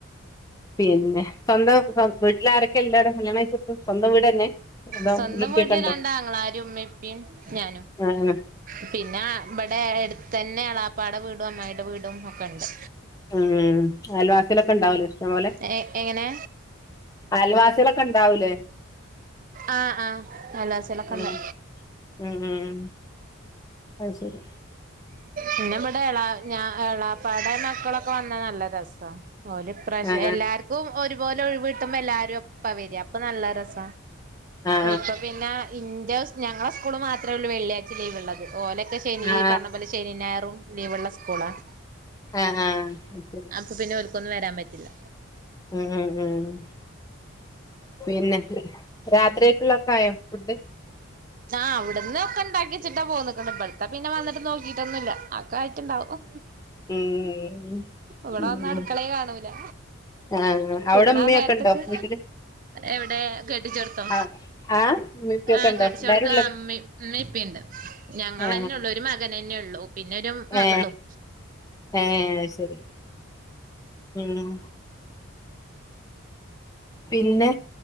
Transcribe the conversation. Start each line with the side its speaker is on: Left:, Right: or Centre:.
Left: പിന്നെ സ്വന്തം വീട്ടില് ആരൊക്കെ ഉണ്ട് കല്യാണം കഴിച്ച് വിട്ട് സ്വന്തം വീട് തന്നെ അതോ
Right: സ്വന്തം
Left: ഉമ്മീം ഉപ്പയൊക്കെ
Right: വീട്ടില്
Left: ഉണ്ടോ
Right: രണ്ട് ആങ്ങളമാരും ഉമ്മയും ഉപ്പയും ഞാനും
Left: ഉം ഉം
Right: പിന്നെ ഇവിടെ അടുത്ത് തന്നെ എളാപ്പാടെ വീടും അമ്മായിടെ വീടും ഒക്കെ ഉണ്ട്
Left: ഉം അൽവാസിലൊക്കെ ഉണ്ടാവുലോ ഇഷ്ടം പോലെ
Right: എഹ് എങ്ങനെ
Left: ആൽവാസികളൊക്കെ ഉണ്ടാവൂലേ
Right: ആ ആ അയൽവാസി കളൊക്കെ
Left: ഉം
Right: ഉണ്ട്
Left: ഉം ഉം അത് ശരി
Right: പിന്നെ ഇവിടെ എള ഞ എളാ പ്പാടെ മക്കളൊക്കെ വന്നാ നല്ല രസ ഓര് ഈപ്രാവശ്യം
Left: ആ
Right: എല്ലാർക്കും ക്കും ഒരുപോലെ ഒരിവ് കിട്ടുമ്പോ എല്ലാരും ഒപ്പ വരിക അപ്പൊ നല്ല രസ
Left: ആ ആ
Right: ഇപ്പൊ പിന്നെ ഇന്റെ ഞങ്ങളുടെ സ്കൂള് മാത്രേള്ളൂ വെള്ളിയാഴ്ച ലീവ്ള്ളത് ഓലൊക്കെ വെള്ളി
Left: ആ
Right: ഈ പറഞ്ഞപോലെ ശനി ഞായറും ലീവെള്ള സ്കൂളാണ്
Left: ആ ആ അത് ശരി
Right: അപ്പൊ പിന്നെ ഓല്ക്കൊന്നും വരാൻ പറ്റില്ല
Left: ഉം ഉ ഉം പിന്നെ രാത്രിയേക്കുള്ള കായോ ഫുഡ്
Right: ആ അവിടന്ന് ഒക്കെ ഇണ്ടാക്കി വെച്ചിട്ടാ പോന്നിക്ക്ണ് ഇവിടത്തെ പിന്നെ വന്നിട്ട് നോക്കിയിട്ടൊന്നുമില്ല ഒക്കെ ആയിട്ടുണ്ടാവും.
Left: ഉം
Right: ഇവിടെ
Left: ഉം
Right: വന്ന അടുക്കളയേ കാണൂല
Left: ആ അവിടെ
Right: തിന്നാ
Left: ഉമ്മയൊക്കെ
Right: നേരത്തേക്ക്.
Left: ഉണ്ടോ വീട്ടില്
Right: എവിടെ കെട്ടിച്ചെടത്തോ
Left: ആ ആ ഉമ്മേം ഉപ്പേം
Right: ആ
Left: ഉണ്ടോ
Right: കെട്ടിച്ചോടത്ത്
Left: എല്ലാരും ഉള്ള
Right: ഉമ്മയും ഇപ്പുണ്ട്. ഞങ്ങളന്നെ
Left: ആ
Right: ഉള്ളൂ ഒരു മകനെ തന്നെയുള്ളു പിന്നെ ഒരു മകളും
Left: ഏ ഏ ശരി ഉം പിന്നെ